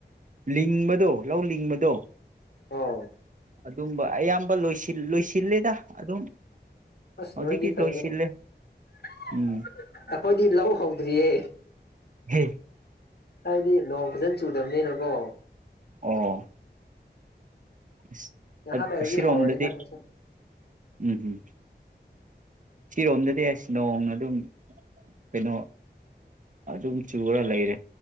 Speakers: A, on the right; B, on the left.
A: ꯂꯤꯡꯕꯗꯣ ꯂꯧ ꯂꯤꯡꯕꯗꯣ
B: ꯑꯣ
A: ꯑꯗꯨꯝꯕ ꯑꯌꯥꯝꯕ ꯂꯣꯏꯁꯤꯜꯂꯦꯗ ꯑꯗꯨꯝ
B: ꯑꯁ
A: ꯍꯧꯖꯤꯛꯇꯤ
B: ꯅꯣꯏꯗꯤ ꯐꯩꯅꯦ
A: ꯂꯣꯏꯁꯤꯜꯂꯦ
B: ꯑꯩꯈꯣꯏꯗꯤ
A: ꯎꯝ
B: ꯂꯧ ꯍꯧꯗ꯭ꯔꯤꯌꯦ
A: ꯍꯦ
B: ꯍꯥꯏꯗꯤ ꯅꯣꯡ ꯐꯖꯅ ꯆꯨꯗꯕꯅꯤꯅꯀꯣ
A: ꯑꯣ ꯑꯁ
B: ꯉꯥꯏꯍꯥꯛ ꯂꯩꯔꯗꯤ
A: ꯑꯁꯤꯔꯣꯝꯗꯗꯤ
B: ꯍꯧꯔꯅꯤꯗ ꯑꯩꯈꯣꯏꯁꯨ
A: ꯎꯝ ꯎꯝ ꯁꯤꯔꯣꯝꯗꯗꯤ ꯑꯁ ꯅꯣꯡꯅ ꯑꯗꯨꯝ ꯀꯩꯅꯣ ꯑꯗꯨꯝ ꯆꯨꯔ ꯂꯩꯔꯦ